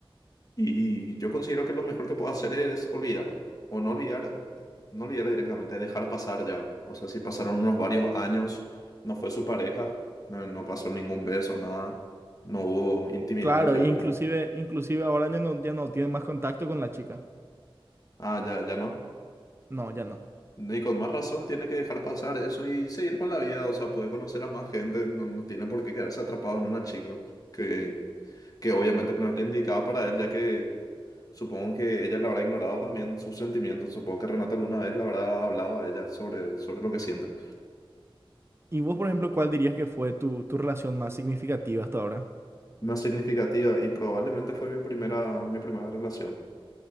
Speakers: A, on the left; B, on the right.
A: Y yo considero que lo mejor que puedo hacer es olvidar, o no olvidar, no olvidar directamente, dejar pasar ya. O sea, si pasaron unos varios años, no fue su pareja, no, no pasó ningún beso, nada, no hubo intimidad
B: Claro,
A: entre
B: inclusive,
A: ellos, ¿verdad?
B: inclusive ahora ya no, ya no tiene más contacto con la chica.
A: Ah, ya, ya no.
B: No, ya no.
A: Y con más razón tiene que dejar pasar eso y seguir con la vida, o sea, puede conocer a más gente, no, no tiene por qué quedarse atrapado en una chica, que, que obviamente no es la indicada para él, ya que Supongo que ella le habrá ignorado también sus sentimientos. Supongo que Renata alguna vez le habrá hablado a ella sobre, sobre lo que siente.
B: ¿Y vos, por ejemplo, cuál dirías que fue tu, tu relación más significativa hasta ahora?
A: Más significativa y probablemente fue mi primera, mi primera relación,